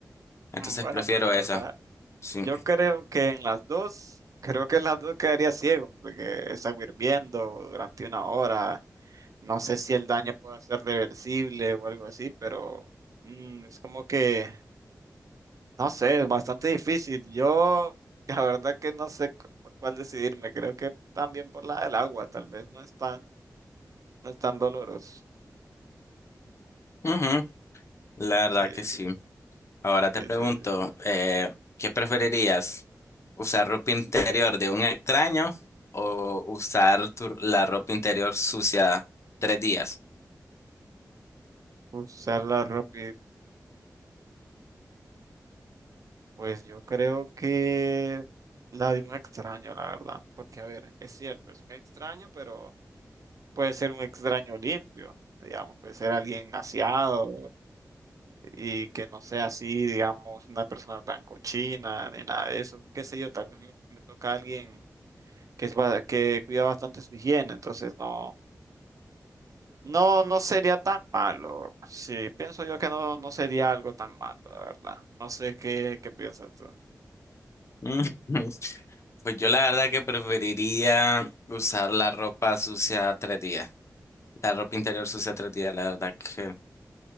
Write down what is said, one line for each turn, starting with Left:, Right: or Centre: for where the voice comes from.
Left: Entonces
Right: Mm, Bueno,
Left: prefiero
Right: pues la verdad,
Left: esa. Sí.
Right: yo creo que en las dos, creo que en las dos quedaría ciego porque es agua hirviendo durante una hora. No sé si el daño puede ser reversible o algo así, pero mm, es como que No sé, es bastante difícil. Yo, <laughs> la verdad que no sé cu- por cuál decidirme. Creo que también por la del agua, tal vez no es tan, no es tan doloroso.
Left: Ujú, La
Right: Sí,
Left: verdad que sí.
Right: sí,
Left: Ahora te
Right: sí,
Left: pregunto,
Right: sí. sí.
Left: eh, ¿qué preferirías? ¿Usar ropa interior de un extraño o usar tu- la ropa interior sucia tres días?
Right: Usarla rápido. Pues yo creo que la de un extraño, la verdad. Porque, a ver, es cierto, es un extraño, pero puede ser un extraño limpio, digamos. Puede ser alguien aseado y que no sea así, digamos, una persona tan cochina ni nada de eso. Qué sé yo, tal vez me, me toca a alguien que, es ba- que cuida bastante su higiene, entonces no, no, no sería tan malo. Sí, pienso yo que no, no sería algo tan malo, la verdad. No sé qué, qué piensas tú.
Left: <laughs> Pues yo la verdad que preferiría usar la ropa sucia tres días, la ropa interior sucia tres días, la verdad que